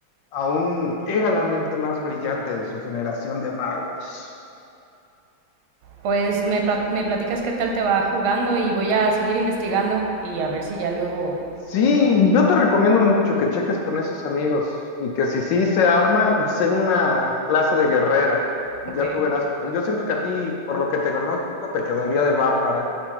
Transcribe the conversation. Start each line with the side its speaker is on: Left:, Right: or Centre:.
Left: aún era la mente más brillante de su generación de magos.
Right: Pues me, pla- me platicas qué tal te va jugando y voy a seguir investigando y a ver si ya luego...
Left: Sí, yo te recomiendo mucho que cheques con esos amigos y que si sí se arma, sé una clase de guerrera. Ya
Right: Ok,
Left: tú verás cuál. Yo siento que a ti, por lo que te conozco, te quedaría de bárbara.